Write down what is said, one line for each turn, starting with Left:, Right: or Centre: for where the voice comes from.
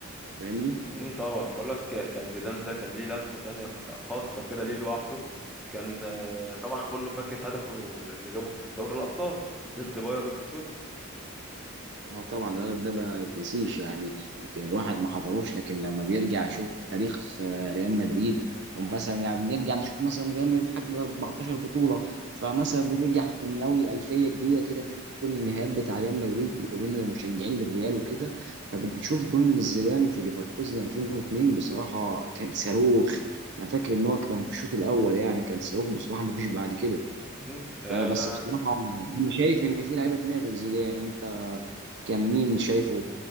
Right: أنت فاهمني؟
Centre: امم طبعا بقول لك كان زيدان ده كان ليه لمسة تانية خاصة كده ليه لوحده كان آه، طبعا كله فاكر هدفه اللي جابه في دوري الأبطال ضد باير ليفركوزن
Right: اه طبعا ده ده ما يتنسيش يعني يمكن الواحد ما حضروش لكن لما بيرجع يشوف تاريخ آه، ريال مدريد ومثلا يعني نرجع نشوف مثلا ريال مدريد حقق 14 بطولة فمثلا بنرجع في من اول الألفية الجديدة كده نشوف كل النهائيات بتاع ريال مدريد وبين المشجعين للريال وكده فبنشوف جون زيدان في ليفركوزن 2002 بصراحة كان صاروخ انا فاكر ان هو كان في الشوط الاول يعني كان صاروخ بصراحة ما فيش بعد كده
Centre: امم آه،
Right: فبس بصراحة انا شايف ان في لعيبة تانية غير زيدان انت كان مين شايفه